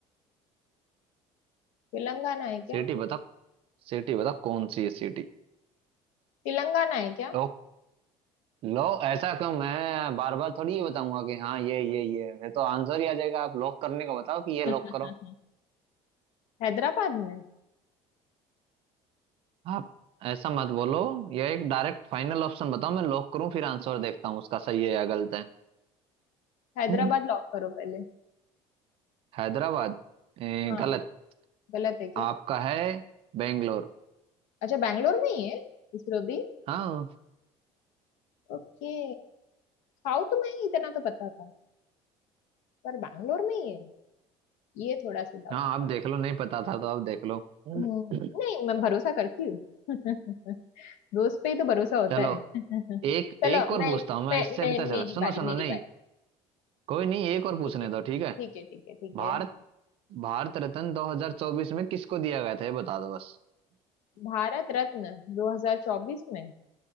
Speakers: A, on the left (about 85°); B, on the right (about 50°).
A: तेलंगाना है क्या
B: सिटी बताओ सिटी बताओ कौन सी है सिटी
A: तेलंगाना है क्या
B: लो लो ऐसा क्यों मैं बार बार थोड़ी ये बताऊंगा कि हाँ ये ये ये ये तो आंसर ही आ जाएगा आप लॉक करने को बताओ कि
A: <laughs>
B: ये लॉक करो
A: हैदराबाद में
B: आप ऐसा मत बोलो ये एक डायरेक्ट फाइनल ऑप्शन बताओ मैं लॉक करूं फिर आंसर देखता हूँ उसका सही है या गलत है
A: हैदराबाद
B: हम्म।
A: लॉक करो पहले
B: हैदराबाद ए,
A: हाँ
B: गलत
A: गलत है क्या
B: आपका है बेंगलोर
A: अच्छा बैंगलोर में ही है इसरो भी
B: हाँ
A: ओके साउथ में ही इतना तो पता था पर बैंगलोर में ही है ये थोड़ा सा डाउट
B: हाँ
A: था।
B: आप देख लो नहीं पता था तो आप देख लो
A: हम्म,
B: हम्म।
A: नहीं मैं भरोसा करती हूँ <laughs> दोस्त पे ही तो भरोसा होता
B: चलो
A: है <laughs>
B: एक
A: चलो
B: एक और
A: मैं
B: पूछता हूँ मैं
A: मैं,
B: इससे
A: मैं
B: पता चला
A: मेरी
B: सुनो
A: बारी
B: सुनो
A: मेरी
B: नहीं
A: बारी
B: कोई नहीं एक और पूछने
A: ठीक है ठीक
B: दो ठीक है
A: है ठीक है ठीक
B: भारत
A: है
B: भारत रत्न 2024 में किसको दिया गया था ये बता दो बस
A: भारत रत्न 2024 में